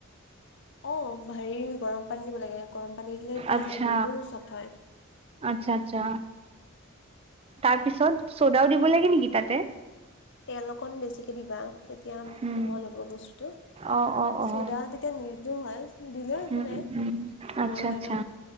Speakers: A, on the left; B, on the right.
A: অ' ভেৰি <unintelligible> গৰম পানী দিব লাগে গৰম পানী দিলে তেতিয়া
B: আচ্ছা,
A: দুইটো চফ্ট হয়
B: আচ্ছা, আচ্ছা, তাৰপিছত চ'দাও দিব লাগে নেকি তাতে
A: তেলোক কন বেছিকে দিবা তেতিয়া
B: উম,
A: কোমল হব বস্তু টো
B: অ', অ', অ',
A: ছ'ডা তেতিয়া নিদিলেও হয় দিলেও একো
B: উম,
A: নাই
B: উম, উম,
A: কোমল
B: আচ্ছা,
A: হৈ
B: আচ্ছা,
A: ন